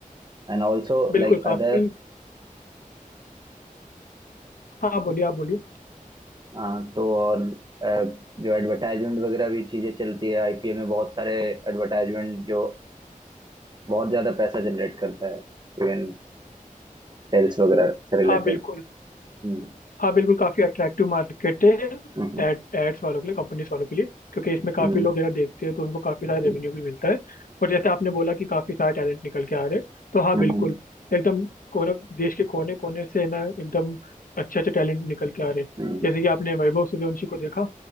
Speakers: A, on the right; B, on the left.
A: And also
B: बिल्कुल
A: like
B: काफी
A: other
B: हाँ बोलिए आप बोलिए
A: हाँ तो और अ, जो एडवर्टाइजमेंट वगैरह भी चीजें चलती है आईपीएल में बहुत सारे एडवर्टाइजमेंट जो बहुत ज्यादा पैसा जनरेट करता है इवन सेल्स वगैरह से रिलेटेड
B: हाँ बिल्कुल
A: हम्म
B: हाँ बिल्कुल काफी अट्रैक्टिव मार्केट है
A: हम्म
B: एड एड्स वालों के लिए कंपनीज वालों के लिए क्योंकि इसमें काफी
A: हम्म
B: लोग जरा देखते हैं तो उनको काफी सारा रेवेन्यू
A: हम्म
B: भी मिलता है और जैसे आपने बोला कि काफी सारे टैलेंट निकल के आ रहे हैं तो हाँ
A: हम्म
B: बिल्कुल एकदम कोने देश के कोने कोने से ना एकदम अच्छे अच्छे टैलेंट निकल के आ रहे हैं
A: हम्म,
B: जैसे कि आपने वैभव सूर्यवंशी को देखा